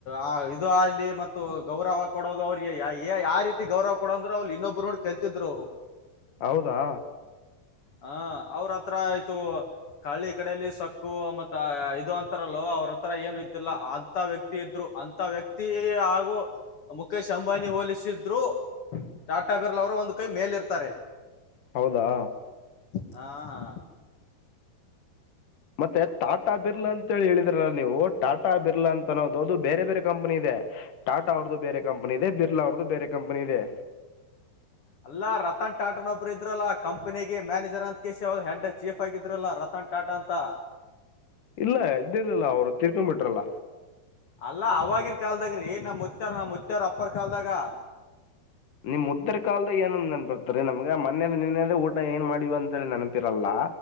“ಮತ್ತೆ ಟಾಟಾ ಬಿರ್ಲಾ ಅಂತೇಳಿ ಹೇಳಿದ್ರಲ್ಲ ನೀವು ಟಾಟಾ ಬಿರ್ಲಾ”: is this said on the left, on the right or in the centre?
Left